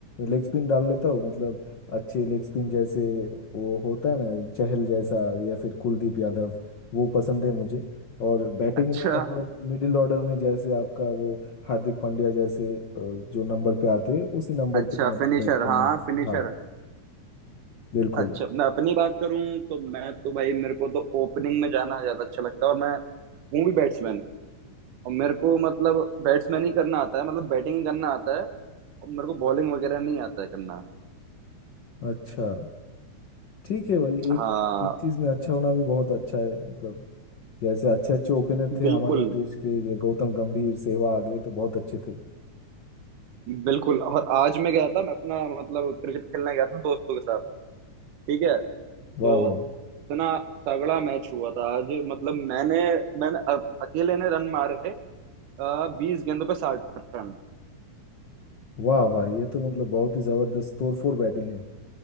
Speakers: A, on the left; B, on the right.
A: लेग स्पिन डाल लेता हूँ मतलब अच्छे लेग स्पिन जैसे वो होता है ना चहल जैसा या फिर कुलदीप यादव वो पसंद है मुझे और बैटिंग
B: अच्छा
A: में मतलब मिडिल ऑर्डर में जैसे आपका वो हार्दिक पांड्या जैसे अ, जो नंबर पे आते हैं उसी नंबर
B: अच्छा
A: पे मतलब
B: फिनिशर
A: बैट करना
B: हाँ फिनिशर
A: हाँ बिल्कुल
B: अच्छा मैं अपनी बात करूं तो मैं तो भाई मेरे को तो ओपनिंग में जाना ज्यादा अच्छा लगता है और मैं हूँ भी बैट्समैन और मेरे को मतलब बैट्समैन ही करना आता है मतलब बैटिंग ही करना आता है और मेरे को बॉलिंग वगैरह नहीं आता है करना
A: अच्छा ठीक है भाई
B: हाँ
A: एक एक चीज में अच्छा होना भी बहुत अच्छा है मतलब जैसे अच्छे अच्छे ओपनर थे
B: बिल्कुल
A: हमारे देश के ये गौतम गंभीर सहवाग ये तो बहुत अच्छे थे
B: बिल्कुल और आज मैं गया था मैं अपना मतलब क्रिकेट खेलने गया था दोस्तों के साथ ठीक है तो
A: वाह भाई
B: इतना तगड़ा मैच हुआ था आज मतलब मैंने मैंने अ- अकेले ने रन मारे बीस गेंदों पे साठ रन
A: वाह भाई ये तो मतलब बहुत ही जबरदस्त तोड़फोड़ बैटिंग है